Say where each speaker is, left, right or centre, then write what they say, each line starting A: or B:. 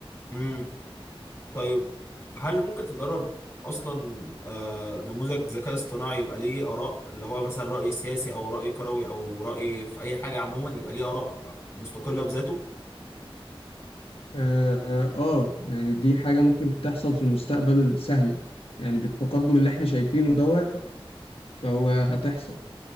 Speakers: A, on the left; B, on the left.
A: امم طيب هل ممكن تدرب اصلا آه، نموذج ذكاء اصطناعي يبقى ليه اراء اللي هو مثلا راي سياسي او راي كروي او راي في اي حاجه عموما يبقى ليه اراء مستقله بذاته
B: آه آه، يعني دي حاجة ممكن تحصل في المستقبل سهلة يعني بالتقدم اللي احنا شايفينه دوت فهو هتحصل